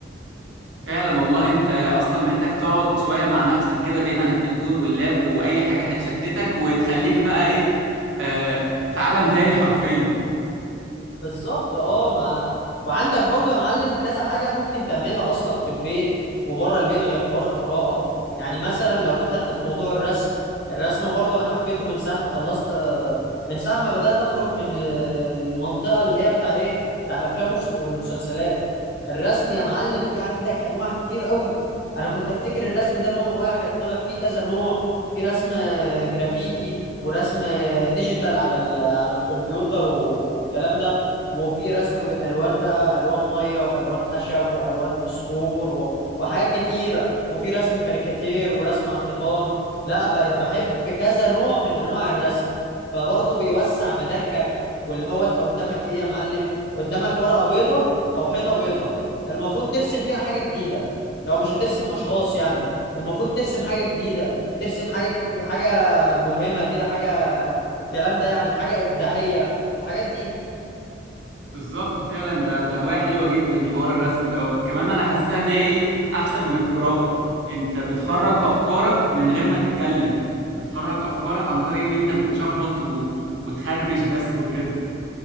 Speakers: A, on the right; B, on the left.
A: فعلا والله انت اصلا محتاج تقعد شوية مع نفسك كده بعيد عن التليفون واللاب واي حاجة هتشتتك وتخليك بقى ايه آه في عالم تاني حرفيا
B: بالظبط اه ما وعندك برضو يا معلم كذا حاجة ممكن تعملها أصلا في البيت وبره البيت غير حوار القراءة يعني مثلا لو دخلت في موضوع الرسم الرسم برضو أنا حبيته من ساعة ما خلصت آه، من ساعة ما بدأت أخرج من آه، المنطقة اللي هي بتاع إيه بتاع الأفلام والس- والمسلسلات الرسم يا معلم في عندك أنواع كتير قوي أنا كنت أفتكر الرسم ده نوع واحد طلع فيه كذا نوع في رسم آه، جرافيتي ورسم آه، ديجيتال على ال- على الكمبيوتر والكلام ده وفي رسم بالالوان بقى الوان ميه والوان خشب والوان فسفور و... وحاجات كتيره وفي رسم كاريكاتير ورسم على الحيطان لا بقيت بحب كذا نوع من انواع الرسم فبرضه بيوسع مداركك واللي هو انت قدامك ايه يا معلم قدامك ورقه بيضه او حيطه بيضه المفروض ترسم فيها حاجه جديده لو مش هترسم اشخاص يعني المفروض ترسم حاجه جديده ترسم حاجه ك- حاجه ملهمه كده حاجه الكلام ده يعني حاجه ابداعيه الحاجات دي
A: بالظبط فعلا ده ده هواية حلوة جدا حوار الرسم دوت كمان انا حاسسها ان هي ايه احسن من القراءة انت بتخرج افكارك من غير ما تتكلم بتخرج افكارك عن طريق ان انت بتشخبط و... وتخربش بس وكده